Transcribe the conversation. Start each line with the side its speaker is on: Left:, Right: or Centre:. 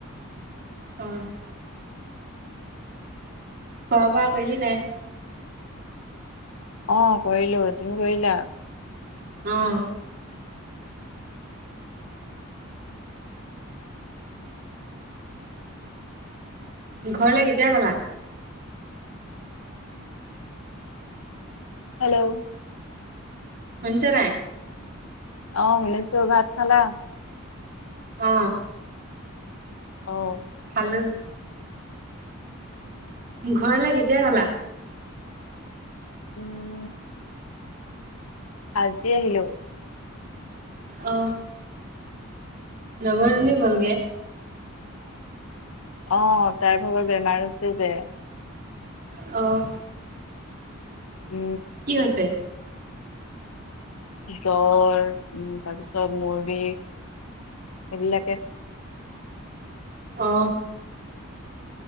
Right: অঁ খোৱা বোৱা কলি নাই
Left: অ কৰিলো তুমি কৰিলা
Right: অঁ ঘৰলে কেতিয়া গ'লা
Left: হেল্ল'
Right: শ হৈছে নাই
Left: অ শুনিছো ভাত খালা
Right: অ
Left: অঁ
Right: ভাল ঘৰলে কেতিয়া গলা
Left: উম আজি আহিলো
Right: অ লগৰজনীও গ'লগে
Left: অ অ তাৰ ভাগৰ বেমাৰ আছে যে
Right: অঁ
Left: অ
Right: কি হৈছে
Left: পিছৰ উম তাৰ পিছত মুৰ বিষ এইবিলাকে
Right: অ